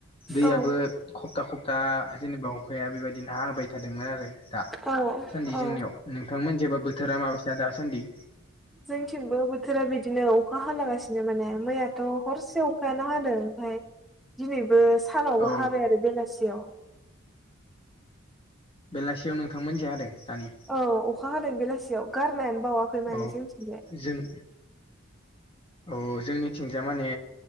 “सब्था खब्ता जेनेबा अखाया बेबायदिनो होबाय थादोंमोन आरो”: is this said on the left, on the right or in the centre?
Left